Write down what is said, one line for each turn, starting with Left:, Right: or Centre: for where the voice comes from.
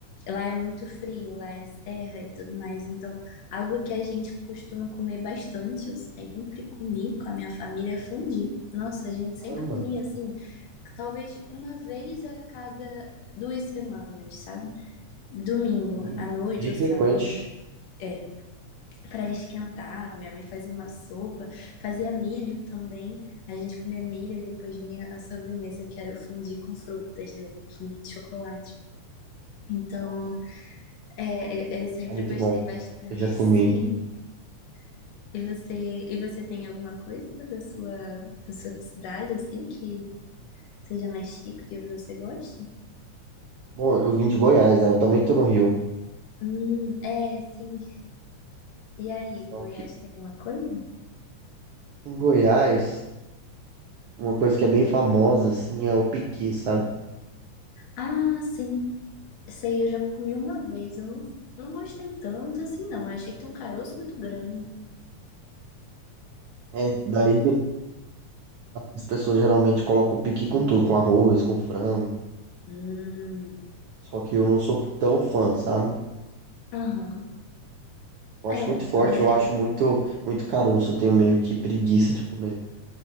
Left: lá é muito frio, lá é serra e tudo mais. Então, algo que a gente costuma comer bastante, eu sempre comi com a minha família, é fondue. Nossa, a gente
Right: Caramba,
Left: sempre comia assim, talvez uma vez a cada duas semanas, sabe? Domingo
Right: bom,
Left: à noite
Right: bem
Left: ou
Right: frequente.
Left: sábado à noite. É para esquentar. Minha mãe fazia uma sopa, fazia milho também. A gente comia milho e depois vinha a sobremesa, que era o fundi com frutas, né? Fundi de chocolate. Então,
Right: Nossa,
Left: é, é, eu sempre
Right: é muito
Left: gostei
Right: bom.
Left: bastante,
Right: Eu já comi.
Left: <laughs> sim. E você, e você tem alguma coisa da sua, da sua cidade, assim, que seja mais chique, que você goste?
Right: Bom, eu vim de Goiás, né? Eu também tô no Rio.
Left: Hum, é, sim. E aí,
Right: Só
Left: Goiás
Right: que
Left: tem alguma coisa?
Right: em Goiás, uma coisa que é bem famosa, assim, é o piqui, sabe?
Left: Ah, sim. Essa aí eu já comi uma vez, eu não, não gostei tanto assim, não. Eu achei que tem um caroço muito grande.
Right: É, daí As pessoas geralmente colocam piqui com tudo, com arroz, com frango.
Left: Hum,
Right: Só que eu não sou tão fã, sabe?
Left: Aham.
Right: Eu acho
Left: É,
Right: muito forte,
Left: mas
Right: eu
Left: é,
Right: acho muito, muito caroço. Eu tenho meio que preguiça de comer.